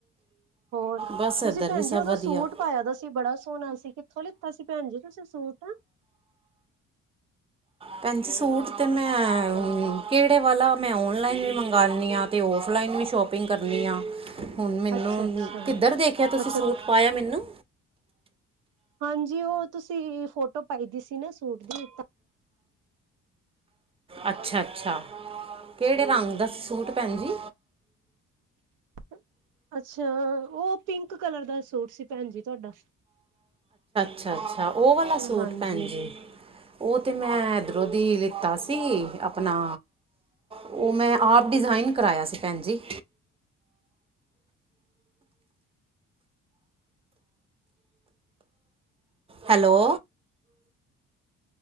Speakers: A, on the right (about 80°); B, on the right (about 20°).
A: ਹੋਰ
B: ਬਸ ਇੱਧਰ
A: ਤੁਸੀਂ ਭੈਣ
B: ਵੀ ਸਭ
A: ਜੀ ਔਦਾ
B: ਵਧੀਆ
A: ਸੂਟ ਪਾਇਆ ਦਾ ਸੀ ਬੜਾ ਸੋਹਣਾ ਸੀ ਕਿੱਥੋਂ ਲੀ ਤੁਸੀਂ ਭੈਣ ਜੀ ਤੁਸੀਂ ਸੂਟ
B: ਭੈਣ ਜੀ, ਸੂਟ ਤੇ ਮੈਂ ਕਿਹੜੇ ਵਾਲਾ? ਮੈਂ ਓਨਲਾਈਨ ਵੀ ਮੰਗਉਦੀ ਹਾਂ ਤੇ ਔਫ ਔਨਲਾਈਨ, ਵੀ ਸ਼ੋਪਿੰਗ ਕਰਨੀ ਆ। ਹੁਣ ਮੈਨੂੰ,
A: ਅੱਛਾ ਅੱਛਾ
B: ਕਿੱਧਰ ਦੇਖਿਆ ਤੁਸੀਂ,
A: ਅੱਛਾ
B: ਸੂਟ ਪਾਇਆ ਮੈਨੂੰ?
A: ਹਾਂਜੀ, ਉਹ ਤੁਸੀਂ ਫੋਟੋ, ਪਾਈ ਦੀ ਸੀ ਨਾ ਸੂਟ ਦੀ, ਤਾਂ
B: ਅੱਛਾ ਅੱਛਾ, ਕਿਹੜੇ ਰੰਗ ਦਾ ਸੂਟ, ਭੈਣ ਜੀ।
A: <inaudible> <unintelligible> ਅੱਛਾ, ਉਹ ਪਿੰਕ ਕਲਰ ਦਾ, ਸੂਟ ਸੀ ਭੈਣ ਜੀ ਤੁਹਾਡਾ
B: ਅੱਛਾ--ਅੱਛਾ, ਉਹ ਵਾਲਾ ਸੂਟ
A: ਹਾਂਜੀ
B: ਭੈਣ ਜੀ ਉਹ ਤੇ ਮੈਂ ਵਿਰੋਧੀ ਲਿੱਤਾ, ਸੀ ਆਪਣਾ ਉਹ ਮੈਂ, ਆਪ ਡਿਜ਼ਾਇਨ ਕਰਾਇਆ ਸੀ, ਭੈਣ ਜੀ।
A: <unintelligible> <unintelligible>
B: hello,